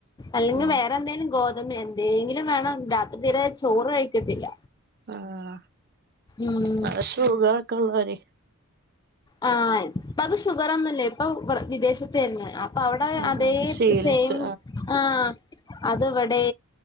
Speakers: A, on the left; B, on the right.
A: അല്ലെങ്കിൽ
B: ഉം
A: വേറെന്തേങ്കിലും ഗോതമ്പന് എന്തെങ്കിലും വേണം രാത്രി ത്തീരെ ചോറ് കഴിക്കത്തില്ല
B: ആഹ്
A: ഉം
B: നല്ല സ സുഖമൊക്കെള്ളവര്
A: ആഹ് ഇപ്പക്ക്‌ ഷുഗർ ഒന്നുംല്ലേ ഇപ്പൊ വിദേശത്ത തന്നെ അപ്പ അവിടെ
B: ഉം
A: അതേ
B: ഉം ശീലിച്ച്
A: സെയിം ആഹ് അത് ഇവിടെ